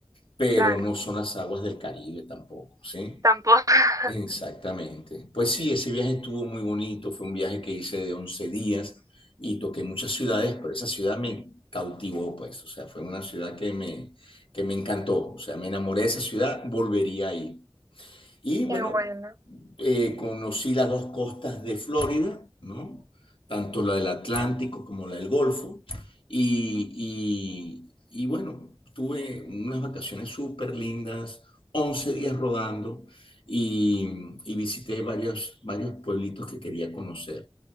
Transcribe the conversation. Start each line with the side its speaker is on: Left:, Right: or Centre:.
Left: pero
Right: claro.
Left: no son las aguas del Caribe tampoco, ¿sí?
Right: Tampoco. <laughs>
Left: Exactamente. Pues sí, ese viaje estuvo muy bonito, fue un viaje que hice de 11 días y toqué muchas ciudades, pero esa ciudad me cautivó, pues, o sea, fue una ciudad que me, que me encantó, o sea, me enamoré de esa ciudad, volvería ahí. Y bueno,
Right: Qué bueno.
Left: eh, conocí las dos costas de Florida, ¿no? Tanto la del Atlántico como la del Golfo. Y, y, y bueno, tuve unas vacaciones súper lindas, 11 días rodando y, y, visité varios, varios pueblitos que quería conocer.